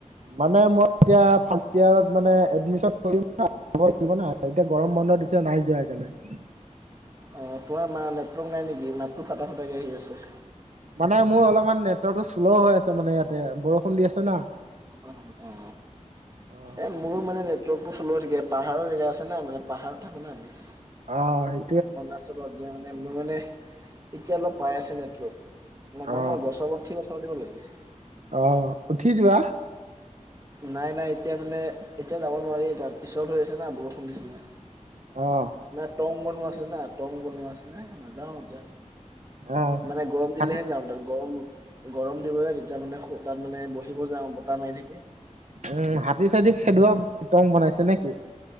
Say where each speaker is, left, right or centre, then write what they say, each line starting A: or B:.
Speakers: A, on the right (about 65°); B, on the right (about 25°).
A: মানে মই এতি ফাৰ্ষ্ট ইয়াৰত মানে এদমিচন কৰিম না <unintelligible> এতিয়া গৰম বন্ধ দিছে নাই যোৱা সেইকাণে
B: অ তোমাৰ মা নেটৱৰ্ক নাই নেকি মাতটো ফাটা ফাটাকে আহি আছে
A: মানে মোৰ অলপমান নেটৱৰ্কটো শ্ল' হৈ আছে মানে ইয়াতে বৰষুণ দি আছে না
B: অ অ
A: অ
B: এ মোৰো মানে নেটৱৰ্কটো চল হৈ থাকে পাহাৰৰ জেগ আছে ন মানে পাহাৰত থাকো না আমি
A: আ হেই
B: অৰুণাচলত যে মানে মোৰ মানে এতিয়া অলপ পাই আছে নেটৱৰ্ক নম্বা
A: অ
B: মই গছৰ ওপৰত উঠি কথা পাতিব লাগে।
A: অ উঠি যোৱা
B: নাই নাই এতিয়া মানে এতিয়া যাব নোৱাৰি তাৰ পিছল হৈ আছে না বৰষুণ দিছে ন।
A: অ
B: নাই টং বনোৱা আছে না টং বনোৱা আছে নাই। যাওঁ এতিয়া
A: অ
B: মানে গৰম
A: হাতী
B: দিলেহে যাওঁ তাত গৰম গৰম দিব লাগে তেতিয়া মানে তাত মানে বহিব যাওঁ বতাহ মাৰি থাকে।
A: উম হাতী চাতী খেদোৱা টং বনাইছে নেকি?